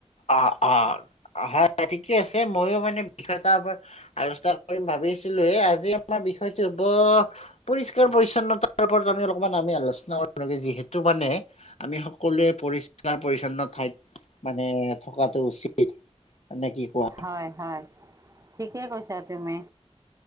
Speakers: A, on the left; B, on the right.
A: অঁ অঁ অঁ হয় ঠিকে আছে ময়ো মানে বিষয় এটা ওপৰত আলোচনা কৰিম ভাবিছিলোৱে। আজি আমাৰ বিষয়টো হ'ব পৰিষ্কাৰ পৰিছন্নতাৰ ওপৰত আমি অলপমান আমি আলোচনা কৰোঁ যিহেতু মানে আমি সকলোৱে পৰিষ্কাৰ পৰিচ্ছন্ন ঠাইত মানে থকাটো উচিত নে কি কোৱা
B: হয় হয় ঠিকে কৈছা তুমি